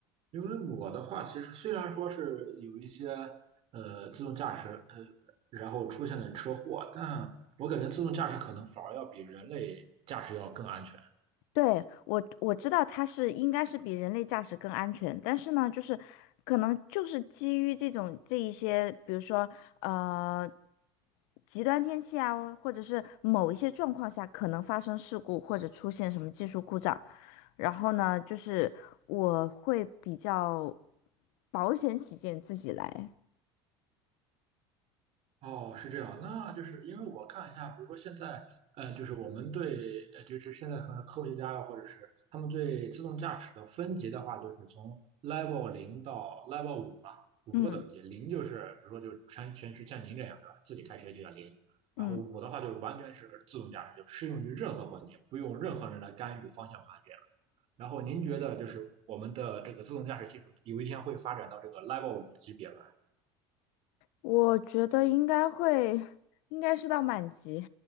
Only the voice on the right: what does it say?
因为我的话，其实虽然说是有一些呃自动驾驶，呃，然后出现了车祸，但我感觉自动驾驶可能反而要比人类驾驶要更安全。
哦，是这样，那就是因为我看一下，比如说现在，呃，就是我们对，呃，就是现在可能科学家啊，或者是他们对自动驾驶的分级的话，就是从 Level 零到 Level 五嘛，五个等级，
零就是比如说就是全全是像您这样，对吧？自己开车就叫零，
然后五的话就是完全是自动驾驶，就适用于任何环境，不用任何人来干预方向盘这样。然后您觉得就是我们的这个自动驾驶技术有一天会发展到这个 Level 五级别吗？